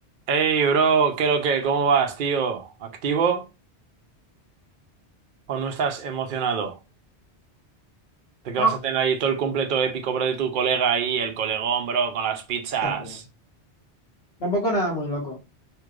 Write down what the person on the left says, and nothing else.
No,
estar bien. Tampoco nada muy loco,